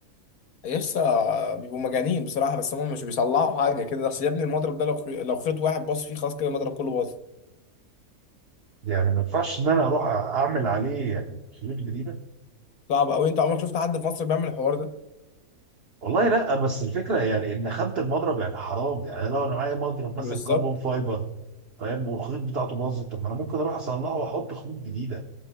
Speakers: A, on the left (about 75°); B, on the right (about 45°).
A: يسا بيبقوا مجانين بصراحة بس هم مش بيصلحوا حاجة كده بس يا ابني المضرب ده لو خ- لو خيط واحد باص فيه خلاص كده المضرب كله باظ
B: يعني ما ينفعش ان انا اروح اعمل عليه يعني خيوط جديده
A: صعب قوي انت عمرك شفت حد في مصر بيعمل الحوار ده
B: والله لا بس الفكره يعني ان خامه المضرب يعني حرام يعني لو انا معايا مضرب مثلا
A: بالظبط
B: كربون فايبر فاهم والخيوط بتاعته باظت طب ما انا ممكن اروح اصلحه واحط خيوط جديده